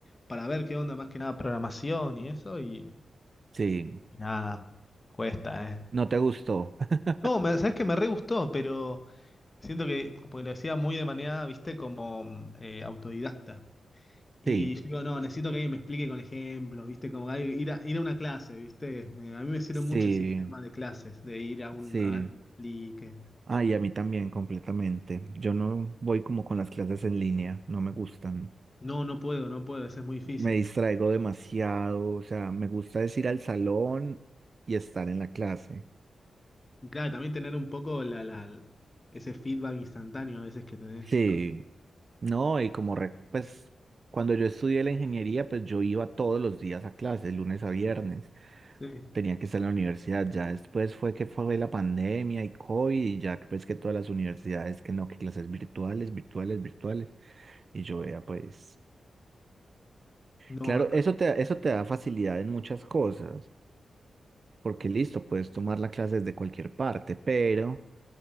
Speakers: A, on the left (about 20°); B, on the right (about 35°).
A: para ver qué onda, más que nada programación y eso, y,
B: sí.
A: y nada, cuesta, ¿eh?
B: ¿No te gustó? <laughs>
A: No, me, sabes que me re gustó, pero siento que, porque lo hacía muy de manera, viste, como mm, eh, autodidacta. Y
B: Sí,
A: yo digo, no, necesito que alguien me explique con ejemplos, viste, como hay- ir a, ir a una clase, viste. Me- a mí me sirve
B: sí,
A: mucho el sistema de clases, de ir a, un,
B: sí.
A: a alguien que me explique.
B: Ah, y a mí también, completamente. Yo no voy como con las clases en línea, no me gustan.
A: No, no puedo, no puedo, eso es muy difícil.
B: Me distraigo demasiado, o sea, me gusta es ir al salón y estar en la clase.
A: Y Claro, también tener un poco la, la, ese feedback instantáneo a veces que tenés
B: Sí,
A: con...
B: no, y como, re- pues, cuando yo estudié la ingeniería, pues yo iba todos los días a clases, lunes a viernes.
A: Sí.
B: Tenía que estar en la universidad, ya después fue que fue la pandemia y COVID, y ya pues que todas las universidades, que no, que clases virtuales, virtuales, virtuales. Y yo vea, pues.
A: No,
B: Claro,
A: a-
B: eso te, eso te da facilidad en muchas cosas, porque listo, puedes tomar la clase desde cualquier parte, pero